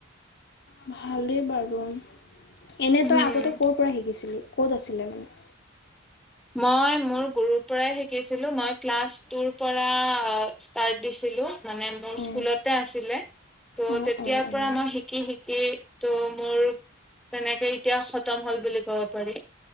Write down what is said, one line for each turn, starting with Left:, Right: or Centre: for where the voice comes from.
Left: ভালে পাৰ্ব। এনে
Centre: উম
Left: তই আগতে ক'ৰ পৰা শিকিছিলি ক'ত আছিলে মানে?
Centre: মই মোৰ গুৰুৰ পৰা শিকি চিলো মই ক্লাছ টো পৰা ইষ্টাৰ্ত দিছিলোঁ। মানে মোৰ
Left: অঁ
Centre: স্কুলতে আছিলে, ত'
Left: অঁ
Centre: তেতিয়াৰ
Left: অঁ অঁ
Centre: পৰা মই শিকি শিকি ত' মোৰ, তেনেকে এতিয়া খতম হ'ল বুলি ক'ব পাৰি।